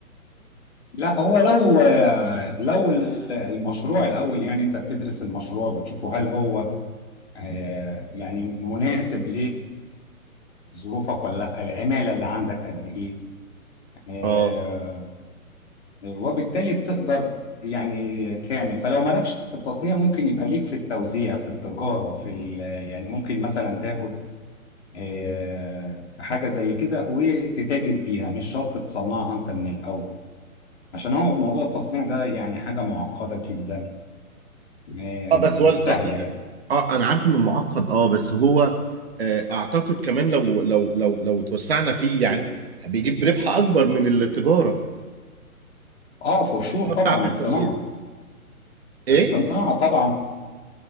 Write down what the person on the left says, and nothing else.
لا هو لو لو ال- المشروع الاول يعني انت بتدرس المشروع بتشوفه هل هو آه، يعني مناسب لظروفك ولا لا العماله اللي عندك قد ايه آه،
وبالتالي بتقدر يعني تعمل فلو مالكش في التصنيع ممكن يبقى ليك في التوزيع في التجارة في ال- يعني ممكن مثلا تاخد آه، حاجة زي كده وتتاجر بيها مش شرط تصنعها انت من الأول عشان هو موضوع التصنيع ده يعني حاجة معقدة جدا آه،
مش
سهلة يعني
اه فشور طبعا
الصناعة
الصناعة طبعا